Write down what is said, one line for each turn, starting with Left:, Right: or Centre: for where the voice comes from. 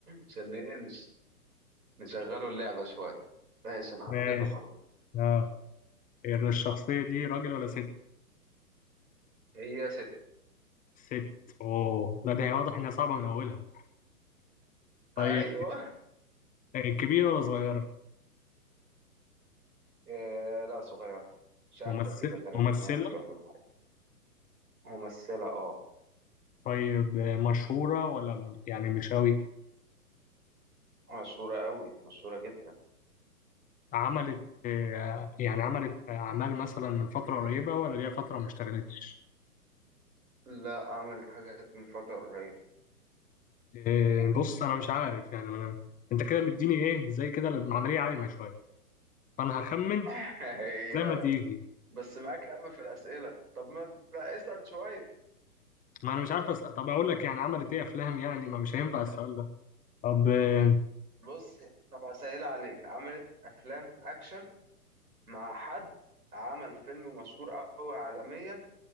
Right: عشان ايه نش- نشغلوا اللعبه شويه ماشي انا حطيتها
Left: ماشي
Right: خلاص
Left: اه يعني الشخصية دي راجل ولا ست؟
Right: هي ست
Left: ست اوه لا ده هي واضح انها صعبة من اولها طيب
Right: ايوه
Left: آه، كبيرة ولا صغيرة؟
Right: إيه لا صغيره شابه
Left: ممثل
Right: كده تلاتيناتي
Left: ممثلة
Right: ولا حاجه ممثله اه
Left: طيب آه، مشهورة ولا م- يعني مش قوي
Right: مشهوره قوي مشهوره جدا
Left: عملت آه، يعني عملت أعمال مثلا من فترة قريبة ولا ليها فترة ما اشتغلتش؟
Right: لا عملت حاجات من فتره قريبه
Left: إيه، بص انا مش عارف يعني ما انا انت كده مديني ايه زي كده العمليه عايمه شويه فانا هخمن
Right: <laughs> هي
Left: زي ما تيجي
Right: بس معاك يا عم في الاسئله طب ما بقى اسال شويه
Left: ما انا مش عارف أس... طب اقول لك يعني عملت ايه افلام يعني ما مش هينفع السؤال ده طب إيه،
Right: بص طب اسهل عليك عملت افلام اكشن مع حد عمل فيلم مشهور قوي عالميا